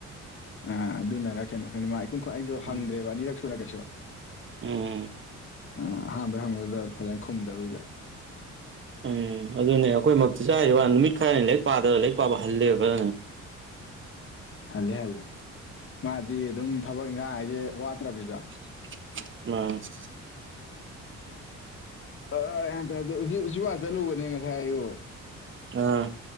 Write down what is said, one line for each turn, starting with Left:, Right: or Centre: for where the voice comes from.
Left: ꯑꯥ ꯑꯗꯨꯅꯔ ꯀꯩꯅꯣ ꯈꯪꯗꯦ ꯃꯥ ꯏꯈꯨꯝꯈꯨ ꯑꯩꯖꯨ
Right: ꯎꯝ
Left: ꯍꯪꯗ꯭ꯔꯦꯕ ꯑꯅꯤꯔꯛ ꯁꯨꯅ ꯀꯩꯁꯨ
Right: ꯎꯝ
Left: ꯑ ꯑꯍꯥꯟꯕ ꯍꯪꯕꯗꯨꯗ ꯐꯖꯅ ꯈꯨꯝꯗꯕꯗꯨꯗ
Right: ꯎꯝ ꯑꯗꯨꯅꯦ ꯑꯈꯣꯏꯃꯛꯇ ꯆꯥꯔꯤꯕ ꯅꯨꯃꯤꯠ ꯈꯔꯅꯤ ꯂꯥꯏꯔꯤꯛ ꯄꯥꯗꯕ ꯂꯥꯏꯛ ꯄꯥꯕ ꯍꯜꯂꯦꯕ ꯐꯖꯅ
Left: ꯍꯜꯂꯦ ꯍꯂꯦ ꯃꯥꯗꯤ ꯑꯗꯨꯝ ꯊꯕꯛ ꯏꯪꯒꯥꯡ ꯍꯥꯏꯖꯦ ꯋꯥꯠꯇ꯭ꯔꯝꯅꯤꯗꯣ
Right: <unintelligible>
Left: <unintelligible> ꯍꯟꯇꯛ <unintelligible> ꯎꯆꯤ ꯎꯆꯤꯋꯥ ꯆꯠꯂꯨꯕꯅꯦ ꯉꯁꯥꯏ ꯑꯌꯨꯛ
Right: ꯑꯥ